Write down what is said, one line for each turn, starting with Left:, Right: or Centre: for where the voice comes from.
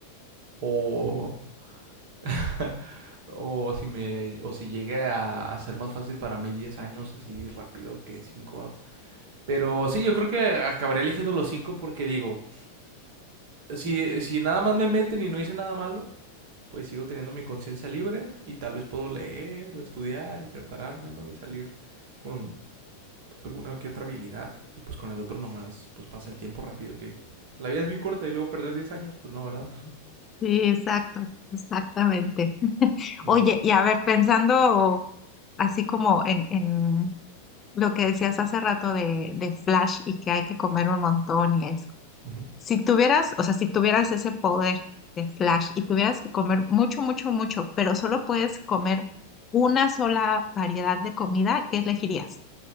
Right: o <laughs> o si me o si llegue a, a ser más fácil para mí 10 años así rápido que 5. Pero sí, yo creo que acabaré eligiendo los 5 porque digo, si, si nada más me meten y no hice nada malo, pues sigo teniendo mi conciencia libre y tal vez puedo leer o estudiar y prepararme, ¿no? Y salir con alguna que otra habilidad y pues con el otro nomás, pues pasa el tiempo rápido que la vida es bien corta y luego perder diez años, pues no, ¿verdad?
Left: Sí, exacto, exactamente.
Right: Mm,
Left: Oye, y a ver, pensando así como en, en lo que decías hace rato de, de Flash y que hay que comer un montón y eso.
Right: ujú.
Left: Si tuvieras, o sea, si tuvieras ese poder de Flash y tuvieras que comer mucho, mucho, mucho, pero solo puedes comer una sola variedad de comida, ¿qué elegirías?